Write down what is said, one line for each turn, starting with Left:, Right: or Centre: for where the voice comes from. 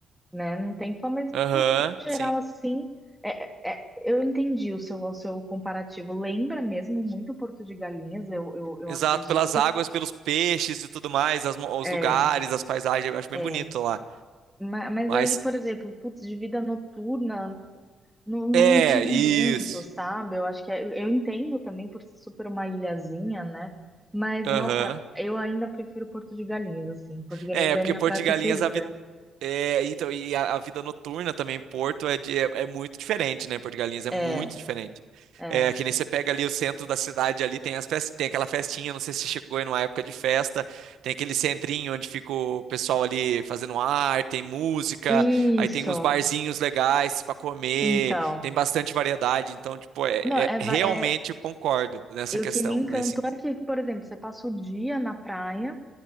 Centre: né? Não tem fã, mas
Right: Aham,
Centre: no geral
Right: sim.
Centre: assim, é- é- é, eu entendi o seu, o seu comparativo. Lembra mesmo muito Porto de Galinhas, eu, eu, eu
Right: Exato,
Centre: acredito.
Right: pelas águas, pelos peixes e tudo mais, as mo- os
Centre: É,
Right: lugares, as paisagens, eu acho bem
Centre: é.
Right: bonito lá.
Centre: Ma- Mas
Right: Mas
Centre: aí, por exemplo, putz, de vida noturna, não, não
Right: é,
Centre: tive
Right: isso.
Centre: muito, sabe? Eu acho que é- eu, eu entendo também por ser super uma ilhazinha, né? Mas,
Right: Aham.
Centre: nossa, eu ainda prefiro Porto de Galinhas, assim. Porto de Galinhas
Right: É,
Centre: é
Right: porque
Centre: a minha
Right: Porto
Centre: praia
Right: de
Centre: preferida.
Right: Galinhas a, vi- É, então, e a, a vida noturna também em Porto é, de- é, é muito diferente, né? Porto de Galinhas é
Centre: É,
Right: muito diferente.
Centre: é.
Right: É, que nem você pega ali o centro da cidade, ali tem as fest... tem aquela festinha, não sei se você chegou aí numa época de festa, tem aquele centrinho onde fica o pessoal ali fazendo arte, tem música,
Centre: Isso.
Right: aí tem uns barzinhos legais para comer,
Centre: Então.
Right: tem bastante variedade, então, tipo, é,
Centre: Não,
Right: é-
Centre: é, va-
Right: realmente
Centre: é-
Right: eu concordo nessa
Centre: E
Right: questão,
Centre: o que me encantou
Right: nesse...
Centre: é que, por exemplo, você passa o dia na praia.